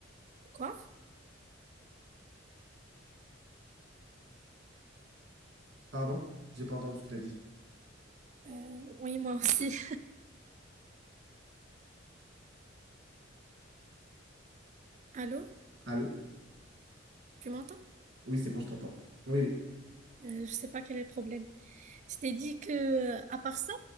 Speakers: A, on the right (about 40°); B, on the right (about 60°).
A: quoi?
B: Pardon? J'ai pas entendu ce que tu as dit.
A: Euh, oui, moi aussi. <laughs> Allô,
B: Allô?
A: tu m'entends?
B: Oui, c'est bon, je t'entends. Oui, oui.
A: Euh, je sais pas quel est le problème. Je t'ai dit que, euh, à part ça,